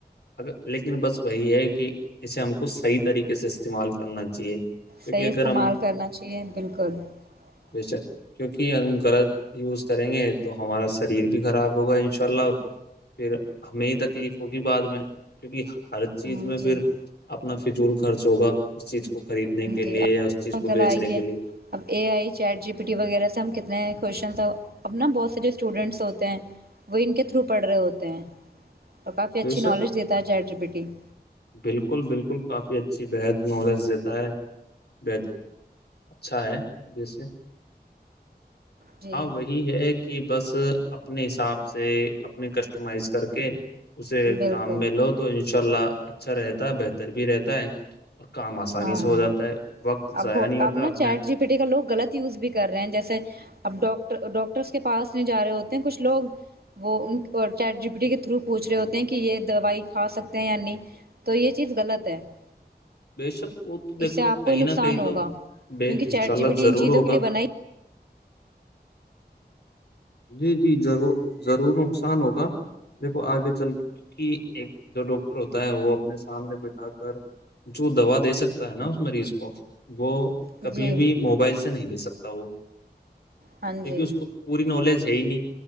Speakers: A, on the left (about 75°); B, on the right (about 65°).
A: ا لیکن بس وہی ہے کہ اسے ہم کو صحیح طریقے سے استعمال کرنا چاہیے <unintelligible>
B: صحیح
A: اگر
B: استعمال
A: ہم
B: کرنا چاہیے بالکل <unintelligible>
A: بک کیونکہ ہم غلط یوز کریں گے تو ہمارا شریر <unintelligible> خراب ہوگا ان شاء اللہ پھر ہمیں ہی تکلیف ہوگی بعد میں کیونکہ <unintelligible> ہر چیز
B: ہوں
A: میں
B: جی
A: پھر اپنا فضول <unintelligible> خرچ ہوا اس چیز کو <unintelligible> کے
B: جی
A: لیے
B: آ
A: یا اس چیز کو
B: کل
A: بیچنے
B: آئیے
A: کے لیے
B: اب A I chat G P T وغیرہ سے ہم کتنے ہیں <unintelligible> کوشچنس اپبنا بہت سے جو اسٹوڈنٹس ہوتے ہیں وہ ان کے تھرو پڑھ رہے ہوتے ہیں <unintelligible> اور کافی اچھی
A: بے شک
B: نالج دیتا ہے چیٹری بیٹی <unintelligible>
A: بالکل بالکل کافی اچھی بحد نالج دیتا ہے بحد اچھا ہے جیسے <inaudible>
B: جی
A: ہاں وہی ہے کہ بس <inaudible> اپنے حساب سے اپنی کسٹمائز کر کے <inaudible> اسے
B: بالکل
A: کام میں لو تو انشاء اللہ <inaudible> اچھا رہتا ہے بہتر بھی رہتا ہے <inaudible> آسانی
B: ہاں
A: سے ہو جاتا ہے وقت ضائع
B: اب
A: نہیں ہوتا
B: اب نا
A: اپنے
B: چیٹ جی پی ٹی کا لوگ غلط یوز بھی کر رہے ہیں جیسے اب ڈاک <unintelligible> ڈاکٹرس کے پاس نہیں جا رہے ہوتے ہیں کچھ لوگ وہ انپٹی کے تھرو پوچھ رہے ہوتے ہیں کہ یہ دوائی کھا سکتے ہیں یا نہیں تو یہ چیز غلط ہے <inaudible>
A: بے شک وہ تو دیکھو
B: اس سے آپ
A: کہیں
B: کو ہی نقصان
A: نہ کہیں
B: ہوگا
A: تو
B: کیونکہ
A: انشاء
B: چیٹ
A: اللہ
B: جی پی ٹی
A: ضرور
B: ان چیزوں
A: ہوگا
B: کے لیے
A: <inaudible>
B: بنا
A: جی جی ضرور ضرور نقصان ہوگا دیکھو آگے چل کے ایک جو ڈاکٹر ہوتا ہے وہ اپنے سامنے بٹھا کر جو دوا دے سکتا ہے نا اس مریض کو وہ <inaudible>
B: جی
A: کبھی بھی موبائل سے نہیں دے سکتا <inaudible> سو <inaudible>
B: ہاں
A: کیکہ
B: جی
A: اس کو پوری نالج <inaudible> یہی نہیں